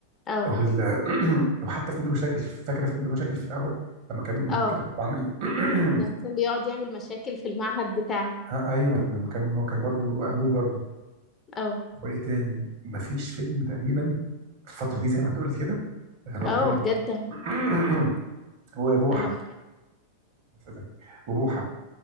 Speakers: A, on the left; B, on the right.
A: اه
B: اه وال... <clears throat> وحتى في ميدو مشاكل فاكره في ميدو مشاكل في الاول لما كان
A: اه
B: كان برضه عامل <clears throat>
A: لما كان بيقعد يعمل مشاكل في المعهد بتاعه
B: آه ايوه لما كان هو كان برضه ابوه برضه
A: اه
B: وايه تاني مفيش فيلم تقريبا في الفتره دي زي ما انت قلت كده غير
A: اه
B: لما كمل
A: بجد
B: <clears throat> <coughs> هو بوحه
A: سلام
B: بس إيه ده وبوحه